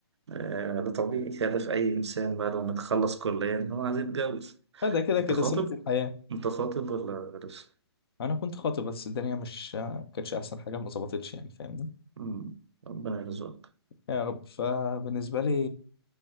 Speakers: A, on the right; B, on the left.
A: آه ده طبيعي <laughs> هدف أي إنسان بعد ما يتخلص كلية إن هو عايز يتجوز
B: لا ده كده
A: أنت
B: كده
A: خاطب؟
B: سنه الحياه
A: أنت خاطب ولا لسه؟
B: انا كنت خاطب بس الدنيا مش كانتش احسن حاجه ما ظبطتش يعني فاهم
A: مم، ربنا يرزقك
B: يا رب فبالنسبة لي